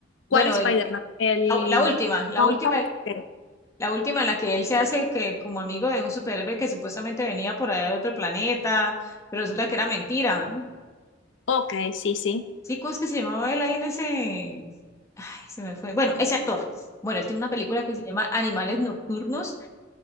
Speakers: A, on the left; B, on the left.
A: ¿cuál
B: Bueno,
A: Spider-Man?
B: el, el-
A: El
B: la, la última, la
A: Tom
B: última,
A: Holland. Ok,
B: la última en la que él se hace que como amigo de un superhéroe que supuestamente venía por allá de otro planeta, pero resulta que era mentira.
A: ok, sí, sí.
B: Sí, ¿cómo es que se llamaba él ahí en ese? Ay, se me fue. Bueno, ese actor. Bueno, él tiene una película que se llama Animales Nocturnos,